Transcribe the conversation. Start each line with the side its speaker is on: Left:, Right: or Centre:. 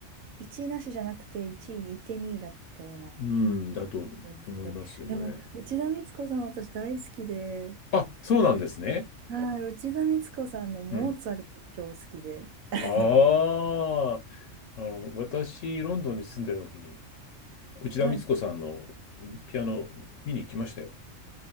Right: 1位なしじゃなくて1位いいて2位だったような気がするんですけど、
Left: うん。だと思いますよね。
Right: でも内田光子さん私大好きで、
Left: あ、そうなんですね。
Right: はい、内田光子さんのモーツァルト超好きで、
Left: うん。
Right: あの、
Left: ああ。あの、私、ロンドンに住んでた時に、内田光子さんの
Right: はい。
Left: ピアノ見に行きましたよ。